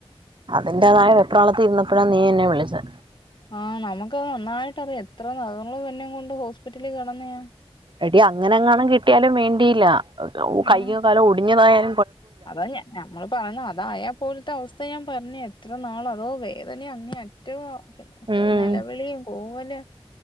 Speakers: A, on the right; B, on the left.
A: അതിന്റെതായ വെപ്രാളത്തിന്ന് അപ്പോഴാ നീ എന്നെ വിളിച്ചേ
B: ആ നമുക്കത് നന്നായിട്ടറിയാം എത്ര <unintelligible> കൊണ്ട് ഹോസ്പിറ്റലിൽ കിടന്നതാ
A: എടീ അങ്ങനെഎങ്ങാനും കിട്ടിയാലും വേണ്ടിയില്ല അതോ
B: ഉം
A: കൈയ്യോ കാലോ ഒടിഞ്ഞതായാൽ
B: അതാ ഞ ഞമ്മള് പറഞ്ഞു അതായാ പോലത്തെ അവസ്ഥ ത്ത ഞാൻ പറഞ്ഞു എത്ര നാള അതോ വേദന അങ്ങേ അറ്റവും <unintelligible>
A: ഉം
B: നിലവിളിയും പോവും പോനാ